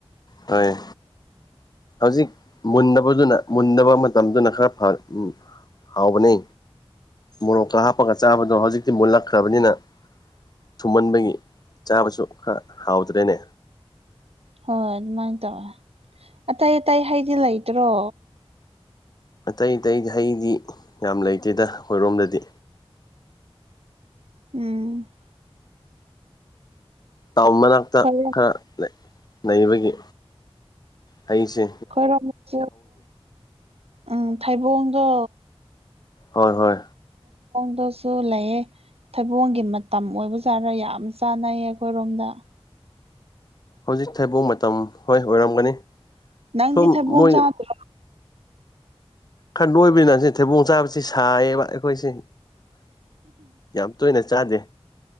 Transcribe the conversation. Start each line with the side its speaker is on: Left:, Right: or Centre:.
Left: ꯇꯥꯏꯌꯦ ꯍꯧꯖꯤꯛ ꯃꯨꯟꯗꯕꯗꯨꯅ ꯃꯨꯟꯗꯕ ꯃꯇꯝꯗꯨꯅ ꯈꯔ ꯐꯔꯦ ꯎꯝ ꯍꯥꯎꯕꯅꯦ ꯃꯣꯔꯣꯛꯀ ꯍꯥꯞꯄꯒ ꯆꯥꯕꯗꯣ ꯍꯧꯖꯤꯛꯇꯤ ꯃꯨꯜꯂꯛꯈ꯭ꯔꯕꯅꯤꯅ ꯊꯨꯝꯃꯟꯕꯒꯤ ꯆꯥꯕꯁꯨ ꯈꯔ ꯍꯥꯎꯇꯔ꯭ꯦꯅꯦ
Right: ꯍꯣꯏ ꯑꯗꯨꯃꯥꯏꯅ ꯇꯧꯋꯦ ꯑꯇꯩ ꯑꯇꯩ ꯍꯩꯗꯤ ꯂꯩꯇ꯭ꯔꯣ
Left: ꯑꯇꯩ ꯑꯇꯩꯗꯤ ꯍꯩꯗꯤ ꯌꯥꯝ ꯂꯩꯇꯦꯗ ꯑꯈꯣꯏꯔꯣꯝꯗꯗꯤ
Right: ꯎꯝ
Left: ꯇꯥꯎꯟ ꯃꯅꯥꯛꯇ
Right: ꯈꯣꯏꯔꯣꯝ
Left: ꯈꯔ ꯂꯩꯕꯒꯤ ꯍꯩꯁꯦ
Right: ꯑꯈꯣꯏꯔꯣꯝꯗꯁꯨ ꯎꯝ ꯊꯩꯕꯣꯡꯗꯣ
Left: ꯍꯣꯏ ꯍꯣꯏ
Right: ꯗꯁꯨ ꯂꯩꯌꯦ ꯊꯩꯕꯣꯡꯒꯤ ꯃꯇꯝ ꯑꯣꯏꯕꯖꯥꯔ ꯌꯥꯝ ꯆꯥꯅꯩ ꯑꯩꯈꯣꯏꯔꯣꯝꯗ
Left: ꯍꯧꯖꯤꯛ ꯊꯩꯕꯣꯡ ꯃꯇꯝ ꯍꯣꯏ ꯑꯣꯏꯔꯝꯒꯅꯤ
Right: ꯅꯪꯗꯤ
Left: ꯁꯨꯝ
Right: ꯊꯩꯕꯣꯡ
Left: ꯃꯣꯏ
Right: ꯆꯥꯗ꯭ꯔꯣ
Left: ꯈꯔ ꯅꯣꯏꯕꯅꯤꯅ ꯑꯁꯤ ꯊꯩꯕꯣꯡ ꯆꯥꯕꯁꯤ ꯁꯥꯏꯌꯦꯕ ꯑꯩꯈꯣꯏꯁꯦ ꯌꯥꯝ ꯇꯣꯏꯅ ꯆꯥꯗꯦ